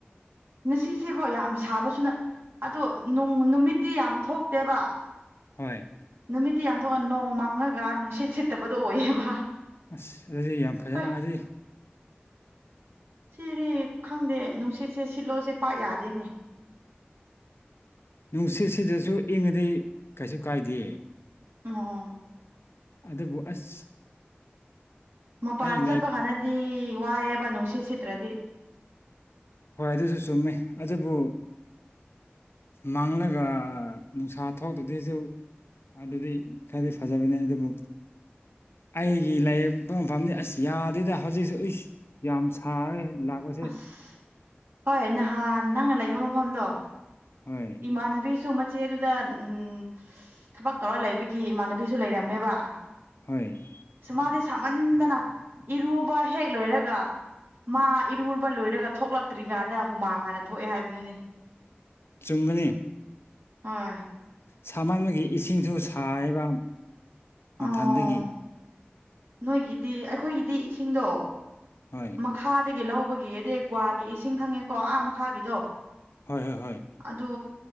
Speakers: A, on the right (about 70°); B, on the left (about 80°).
A: ꯉꯁꯤꯁꯦꯀꯣ ꯌꯥꯝ ꯁꯥꯕꯁꯨꯅ ꯑꯗꯣꯅꯨꯡ ꯅꯨꯃꯤꯠꯇꯤ ꯌꯥꯝ ꯊꯣꯛꯇꯦꯕ
B: ꯍꯣꯏ
A: ꯅꯨꯃꯤꯠꯇꯤ ꯌꯥꯝꯊꯣꯛꯑ ꯅꯣꯡ ꯃꯥꯡꯉꯒ ꯅꯨꯡꯁꯤꯠ ꯁꯤꯠꯇꯕꯗꯣ ꯑꯣꯏꯌꯦꯕ꯫
B: ꯑꯁ ꯑꯗꯨꯗꯤ ꯌꯥꯝ ꯐꯖꯅꯗꯤ
A: ꯍꯣꯏ ꯁꯤꯔꯤ ꯈꯪꯗꯦ ꯅꯨꯡꯁꯤꯠꯁꯦ ꯁꯤꯠꯂꯣꯁꯦ ꯄꯥꯛ ꯌꯥꯗꯦꯅꯦ
B: ꯅꯨꯡꯁꯤꯠ ꯁꯤꯗꯁꯨ ꯏꯪꯉꯗꯤ ꯀꯩꯁꯨ ꯀꯥꯏꯗꯦ
A: ꯑꯣ
B: ꯑꯗꯨꯕꯨ ꯑꯁ
A: ꯃꯄꯥꯟ
B: ꯑꯩ
A: ꯆꯠꯄ
B: ꯂꯩ
A: ꯀꯥꯟꯗꯗꯤ ꯋꯥꯏꯑꯦꯕ ꯅꯨꯡꯁꯤꯠ ꯁꯤꯠꯇ꯭ꯔꯗꯤ
B: ꯍꯣꯏ ꯑꯗꯨꯁꯨ ꯆꯨꯝꯃꯦ ꯑꯗꯨꯕꯨ ꯃꯥꯡꯂꯒ ꯅꯨꯡꯁꯥ ꯊꯣꯛꯇ꯭ꯔꯗꯁꯨ ꯑꯗꯨꯗꯤ ꯈꯔꯗꯤ ꯐꯖꯕꯅꯦ ꯑꯗꯨꯕꯨ ꯑꯩꯒꯤ ꯂꯥꯏ ꯌꯦꯛꯄ ꯃꯐꯝꯅꯤ ꯑꯁ ꯌꯥꯗꯦꯗ ꯍꯧꯖꯤꯛꯁꯨ ꯑꯩ ꯌꯥꯝ ꯁꯥꯔꯦ ꯂꯥꯛꯄꯁꯦ
A: ꯑꯁ ꯍꯣꯏ ꯅꯍꯥꯟ ꯅꯪꯅ ꯂꯩꯕ ꯃꯐꯝꯗꯣ
B: ꯍꯣꯏ
A: ꯏꯃꯥꯟꯅꯕꯤꯁꯨ ꯃꯆꯦꯗꯨꯗ ꯎꯝ ꯊꯕꯛ ꯇꯧꯔ ꯂꯩꯕꯒꯤ ꯏꯃꯥꯟꯅꯕꯤꯁꯨ ꯂꯩꯔꯝꯃꯦꯕ
B: ꯍꯣꯏ
A: ꯁ ꯃꯥꯗꯤ ꯁꯥꯃꯟꯗꯅ ꯏꯔꯨꯕ ꯍꯦꯛ ꯂꯣꯏꯔꯒ ꯃꯥ ꯏꯔꯨꯕ ꯂꯣꯏꯔꯒ ꯊꯣꯛꯂꯛꯇ꯭ꯔꯤꯀꯥꯟꯗ ꯍꯨꯃꯥꯡ ꯍꯥꯟꯅ ꯊꯣꯛꯑꯦ ꯍꯥꯏꯕꯗꯨꯅꯦ
B: ꯆꯨꯝꯒꯅꯤ
A: ꯍꯣꯏ
B: ꯁꯍꯟꯕꯒꯤ ꯏꯁꯤꯡꯁꯨ ꯁꯥꯏꯕ ꯃꯊꯟꯗꯒꯤ
A: ꯑꯣ ꯅꯣꯏꯒꯤꯗꯤ ꯑꯩꯈꯣꯏꯒꯤꯗꯤ ꯏꯁꯤꯡꯗꯣ
B: ꯍꯣꯏ
A: ꯃꯈꯥꯗꯒꯤ ꯂꯧꯕꯒꯤꯗ ꯒ꯭ꯋꯥꯒꯤ ꯏꯁꯤꯡ ꯈꯪꯉꯦꯀꯣ ꯑꯥ ꯃꯈꯥꯒꯤꯗꯣ
B: ꯍꯣꯏ ꯍꯣꯏ ꯍꯣꯏ
A: ꯑꯗꯨ